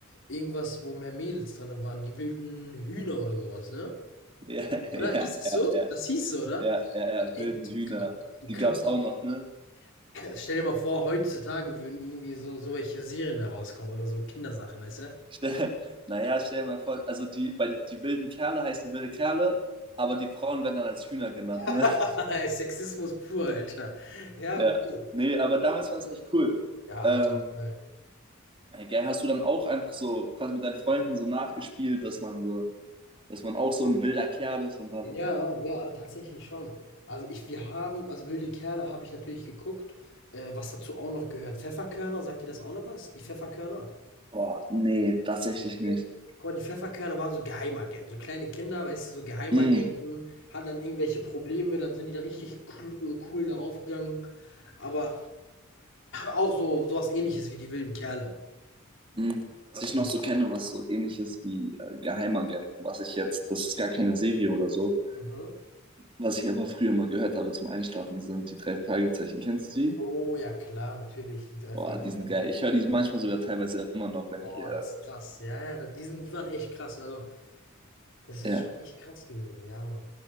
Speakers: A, on the left (about 60°); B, on the right (about 25°).
A: irgendwas, wo mehr Mädels drin waren, die wilden Hühner oder sowas, ne?
B: ja,
A: Oder?
B: ja, ja,
A: Hieß es so?
B: ja,
A: Das hieß so, oder?
B: ja, ja, ja,
A: Ey,
B: wilden
A: du,
B: Hühner.
A: du, du
B: Die
A: kannst,
B: gab's auch noch, ne?
A: stell dir mal vor, heutzutage würden irgendwie so, so welche Serien da rauskommen oder so Kindersachen, weißt du?
B: Stell, naja, stell dir mal vor, also die, bei, die wilden Kerle heißen wilde Kerle, aber die Frauen werden dann als Hühner genannt,
A: <laughs>
B: ne? <laughs>
A: Sexismus pur, Alter. Ja,
B: Ja.
A: okay.
B: Nee, aber damals war das echt cool.
A: Ja,
B: Ähm,
A: auf jeden Fall.
B: ey, gell, hast du dann auch einfach so quasi mit deinen Freunden so nachgespielt, dass man so, dass man auch so ein wilder Kerl ist und dann,
A: Ja, ja, tatsächlich schon. Also ich wir haben also „Wilde Kerle“ habe ich natürlich geguckt, äh, was dazu auch noch gehört. „Pfefferkörner“, sagt dir das auch noch was? Die „Pfefferkörner“?
B: boah, nee, tatsächlich
A: Ne?
B: nicht.
A: Guck mal, die „Pfefferkörner“ waren so Geheimagenten, so kleine Kinder, weißt du, so Geheimagenten,
B: Mm,
A: hatten dann irgendwelche Probleme, dann sind die da richtig clu äh, cool darauf gegangen. Aber auch so so was Ähnliches wie die „Wilden Kerle“.
B: mm. Was
A: Ja.
B: ich noch so kenne, was so ähnlich ist wie äh, Geheimagenten, was ich jetzt, das ist gar keine Serie oder so,
A: Mhm.
B: was ich aber früher mal gehört habe zum Einschlafen, sind die drei Fragezeichen. Kennst du die?
A: Oh ja, klar, natürlich, die 3
B: Boah,
A: Fragezeichen.
B: die sind geil. Ich höre die manchmal sogar teilweise immer noch, wenn
A: Boah,
B: ich, äh,
A: das ist krass. Ja, ja, da- die sind, die waren echt krass. Also, das ist
B: ja,
A: schon echt krass gewesen, ja, Mann.